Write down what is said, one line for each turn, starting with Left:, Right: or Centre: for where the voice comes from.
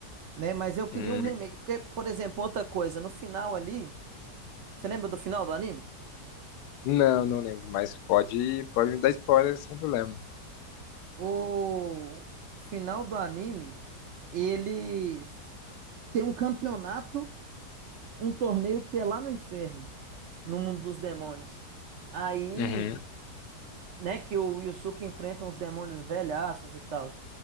Right: Né? Mas eu queria
Left: uhum.
Right: um remake. Porque, por exemplo, outra coisa, no final ali. Você lembra do final do anime?
Left: Não, não lembro, mas pode, pode me dar spoiler sem problema.
Right: O final do anime, eles têm um campeonato, um torneio que é lá no inferno, no mundo dos demônios. Aí
Left: Uhum.
Right: né, que o Yusuke enfrenta uns demônios velhaços e tal.